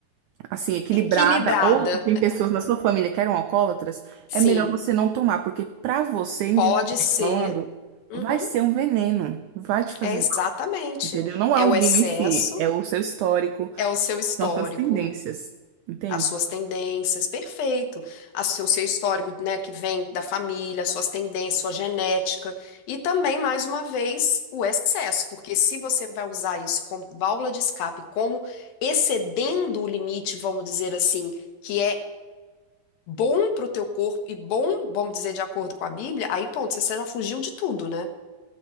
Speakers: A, on the right; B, on the left.
A: assim equilibrada
B: Equilibrada,
A: ou tem pessoas na sua família que eram alcoólatras,
B: sim.
A: é melhor você não tomar, porque para você, individualmente
B: Pode ser.
A: falando,
B: Uhum,
A: vai ser um veneno, vai te fazer
B: é exatamente.
A: mal, entendeu? Não
B: É
A: é o
B: o excesso,
A: vinho em si, é o seu histórico,
B: é o seu histórico.
A: são as suas tendências, entende?
B: as suas tendências, perfeito. A seu- O seu histórico, né, que vem da família, as suas tendências, sua genética. E também, mais uma vez, o excesso, porque se você vai usar isso como válvula de escape, como excedendo o limite, vamos dizer assim, que é bom para o teu corpo e bom, vamos dizer, de acordo com a Bíblia, aí, ponto, você já fugiu de tudo, né?